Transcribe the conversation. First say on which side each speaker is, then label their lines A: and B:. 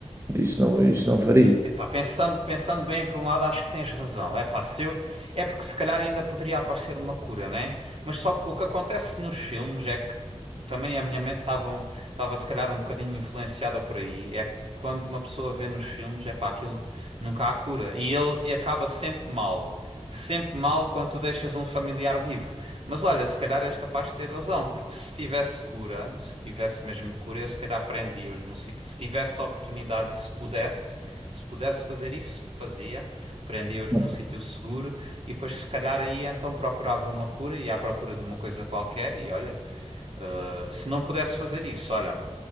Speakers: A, on the right; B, on the right.
A: Isso não, isso não faria.
B: Epá, pensando, pensando bem, por um lado, acho que tens razão. Epá, se eu, é porque se calhar ainda poderia aparecer uma cura, né? Mas só que o que acontece nos filmes é que também a minha mente estava um, estava se calhar um bocadinho influenciada por aí. É que quando uma pessoa vê nos filmes, epá, aquilo nunca há cura. E ele e acaba sempre mal. Sempre mal quando tu deixas um familiar vivo. Mas olha, se calhar és capaz de ter razão, porque se tivesse cura, se tivesse mesmo cura, eu se calhar prendia-os num sítio. Se tivesse oportunidade e se pudesse. Se pudesse fazer isso, fazia, prendia-os
A: Ok.
B: num sítio seguro e depois, se calhar, aí então procuravam uma cura e à procura de uma coisa qualquer. E olha, eh, se não pudesse fazer isso, olha,